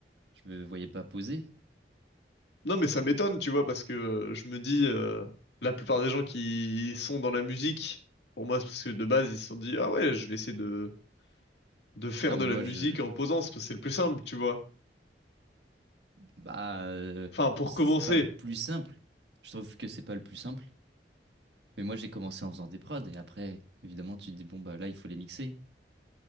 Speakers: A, on the right (about 75°); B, on the left (about 70°).
A: Je me voyais pas poser.
B: non mais ça m'étonne tu vois parce que euh, je me dis euh, la plupart des gens qui sont dans la musique pour moi c'est parce que de base ils se sont dit ah ouais je vais essayer de de faire
A: Ah, mais
B: de la
A: moi,
B: musique
A: je...
B: en posant c'est parce que c'est le plus simple tu vois
A: Bah, euh,
B: enfin pour
A: c'est
B: commencer
A: pas plus simple. Je trouve que c'est pas le plus simple. Mais moi, j'ai commencé en faisant des prods et après, évidemment, tu te dis, bon, bah là, il faut les mixer.